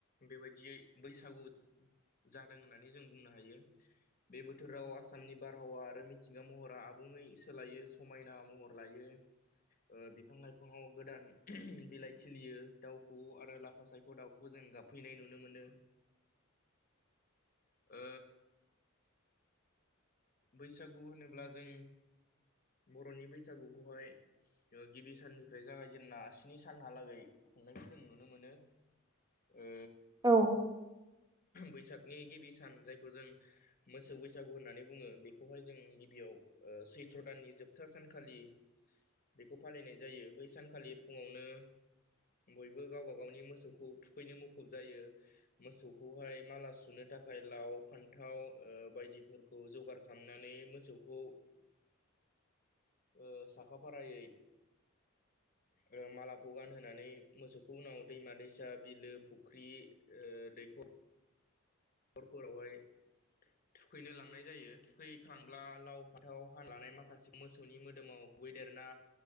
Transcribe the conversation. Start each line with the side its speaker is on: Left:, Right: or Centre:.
Left: बेबायदियै बैसागु जादों होननानै जों बुंनो हायो। बे बोथोराव आसामनि बारहावा आरो मिथिंगा महरा आबुङै सोलायो समायना महर लायो। ओ बिफां लाइफाङाव गोदान बिलाइ खिलियो दाउ खौवौ आरो लाफा सायखौ दाउखौ खौ जों गाबफैनाय नुनो मोनो।
Right: <inaudible>
Left: ओ बैसागु होनोब्ला जों बर'नि बैसागु खौहाय ओ गिबि साननिफ्राय जागायजेनना स्नि सानहालागै खुंनायखौ जों नुनो मोनो।
Right: <inaudible>
Left: ओ
Right: औ
Left: बैसाग नि गिबि सान जायखौ जों मोसौ बैसागु होननानै बुङो बेखौहाय जों गिबियाव ओ सैथ्र दाननि जोबथा सानखालि बेखौ फालिनाय जायो बै सानखालि फुङावनो बयबो गावबा गावनि मोसौखौ थुखैनो मुखुब जायो। मोसौखौहाय माला सुनो थाखाय लाव फान्थाव ओ बायदिफोरखौ खौ जगार खालामनानै मोसौखौ ओ साखा फारायै
Right: <unintelligible>
Left: ओ मालाखौ गानहोनानै मोसौखौ उनाव दैमा दैसा बिलो फुख्रि ओ दैखर खरफोरावहाय थुखैनो लांनाय जायो थुखैखांब्ला लाव फान्थाव हाना लानाय माखासे मोसौनि मोदोमाव खुबैदेरना